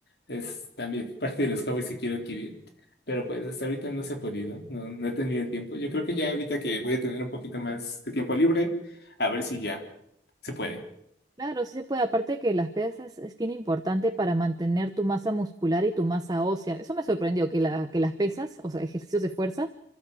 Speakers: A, on the left (about 65°); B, on the right (about 20°).
A: Es también parte de los hobbies que quiero adquirir. Pero pues hasta ahorita no se ha podido, no, no he tenido el tiempo. Yo creo que ya ahorita que voy a tener un poquito más de tiempo libre, a ver si ya se puede.
B: Claro, sí se puede. Aparte que las pesas es bien importante para mantener tu masa muscular y tu masa ósea. Eso me sorprendió, que la, que las pesas, o sea, ejercicios de fuerza